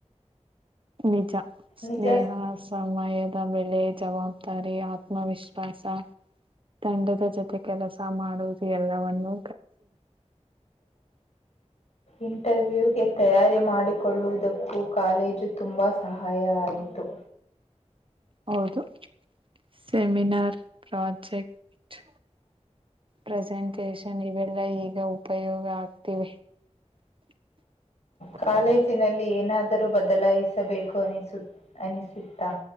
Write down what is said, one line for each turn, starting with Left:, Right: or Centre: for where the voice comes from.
Right: ನಿಜ ಸ್ನೇಹ
Left: ನಿಜ
Right: ಸಮಯದ ಬೆಲೆ, ಜವಾಬ್ದಾರಿ ಆತ್ಮವಿಶ್ವಾಸ ತಂಡದ ಜೊತೆ ಕೆಲಸ ಮಾಡುವುದು ಎಲ್ಲವವನ್ನು,
Left: ಇಂಟರ್ವ್ಯೂ. ತಯಾರಿ ಮಾಡಿಕೊಳ್ಳುವುದಕ್ಕೂ ಕಾಲೇಜು ತುಂಬ ಸಹಾಯ ಆಯಿತು.
Right: ಹೌದು. ಸಮಿನಾರ್ ಪ್ರಾಜೆಕ್ಟ್. ಪ್ರೆಸೆಂಟೇಶನ್ ಇವೆಲ್ಲ ಈಗ ಉಪಯೋಗ ಆಗ್ತಿವಿ. <unintelligible>
Left: ಕಾಲೇಜಿನಲ್ಲಿ ಏನಾದರೂ ಬದಲಾಯಿಸಬೇಕು ಅನಿಸು ಅನಿಸತ್ತಾ.